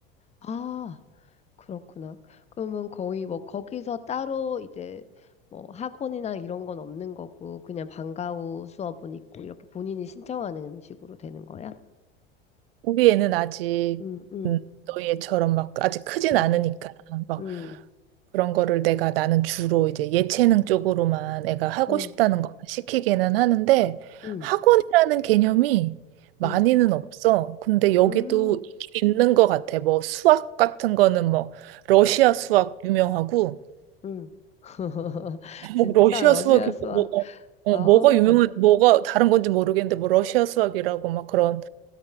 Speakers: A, on the left; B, on the right.
A: 아. 그렇구나. 그러면 거의 뭐 거기서 따로 이제 뭐 학원이나 이런 건 없는 거고 그냥 방과 후 수업은 있고 이렇게 본인이 신청하는 식으로 되는 거야?
B: 우리 애는 아직
A: 응, 응,
B: 음, 너희 애처럼 막 아직 크진
A: 응,
B: 않으니까 막
A: 응,
B: 그런 거를 내가 나는 주로 이제 예체능 쪽으로만 애가 하고
A: 응,
B: 싶다는 것만 시키기는 하는데
A: 응,
B: 학원이라는 개념이 많이는
A: 응,
B: 없어. 근데 여기도
A: 응,
B: 있는 것 같아. 뭐 수학 같은 거는 뭐 러시아 수학 유명하고 <clears throat>
A: 응. <laughs>
B: <laughs>
A: 진짜
B: 뭐 러시아
A: 러시아
B: 수학이
A: 수학.
B: 뭐, 뭐, 어,
A: 아,
B: 뭐가 유명한 뭐가 다른 건지 모르겠는데 뭐 러시아 수학이라고 막 그런